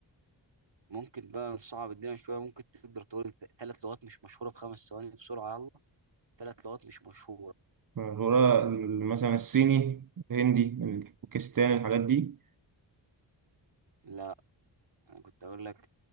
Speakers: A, on the right; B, on the right.
A: ممكن بقى نصعب الدنيا شوية ممكن تقدر تقول ثلاث لغات مش مشهورة في خمس ثواني بسرعة يلا ثلاث لغات مش مشهورة
B: الغورة ال- مثلا الصيني الهندي الباكستاني الحاجات دي
A: لا أنا كنت أقول لك